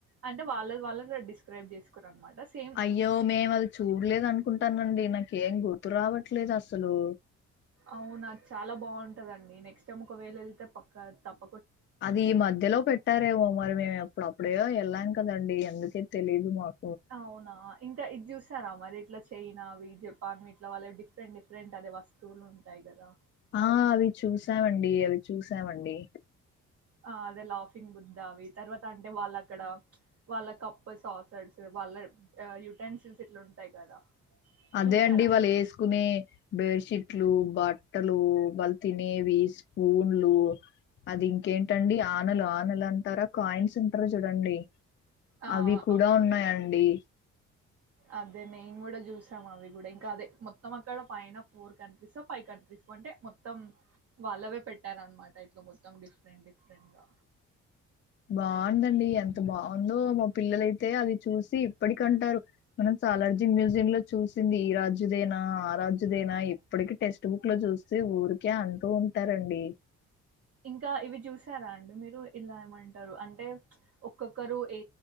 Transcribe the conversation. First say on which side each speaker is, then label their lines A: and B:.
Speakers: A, on the right; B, on the left.
A: అంటే వాళ్ళ వాళ్లర డిస్క్రైబ్ చేసుకుర అనమాట సేమ్
B: అయ్యో మేము అది చూడలేదు అనుకుంటానండి నాకు ఏం గుర్తు రావట్లేదు అసలు
A: అవు నాకు చాలా బాగుంటదండి నెక్స్ట్ టైం ఒకవేళ వెళ్తే పక్క తప్పు
B: అది ఈ మధ్యలో పెట్టారేమో మరి మేము ఎప్పుడు అప్పుడేో వెళ్ళాం కదండి ఎందుకై తెలిదు మాకు
A: అవునా ఇంకా ఇది చూసారా మరి ఇట్లా చైనావి జపాన్ ఇట్లా వాళ్ల డిఫరెంట్ డిఫరెంట్ అదే వస్తువులు ఉంటాయి కదా
B: ఆ అవి చూసామండి అవి చూసామండి
A: ఆ అదే లాఫింగ్ బుంద అవి తర్వాత అంటే వాళ్ళ అక్కడ వాళ్ళ కప్పు సాసస్ వాళ్ళ యయుటెన్సిల్స్ ఇట్లా ఉంటాయి కదా
B: అదే
A: చూసారా
B: అండి
A: అవి
B: వాళ్ళు వేసుకునే బెడ్షీట్లు బాట్ బట్టలు వాళ్ళు తినేవి స్పూన్లు అది ఇంకేంటండి ఆనలు ఆనలు అంటారా కాయిన్స్ అంటారా చూడండి
A: ఆ
B: అవి కూడా
A: అవునండి
B: ఉన్నాయండి
A: అదే నేం కూడా చూసాం అవి కూడా ఇంకా అదే మొత్తం అక్కడ పైన ఫోర్ కంట్రీస్ ఫైవ్ కంట్రీస్ అంటే మొత్తం వాళ్ళవే పెట్టార అనమాట ఇట్లా మొత్తం డిఫరెంట్ డిఫరెంట్గా
B: బాగుందండి ఎంత బాగుందో మా పిల్లలైతే అది చూసి ఇప్పటికి అంటారు మనం చాలార్జీ మ్యూజియ లో చూసింది ఈ రాజ్యదేనా ఆ రాజ్యదేనా ఇప్పటికి టెక్స్ట్ బుక్ లో చూస్తే ఊరికే అంటూ ఉంటారండి
A: ఇంకా ఇవి చూసారా అండి మీరు ఇలా ఏమంటారు అంటే ఒక్కొక్కరు ఏ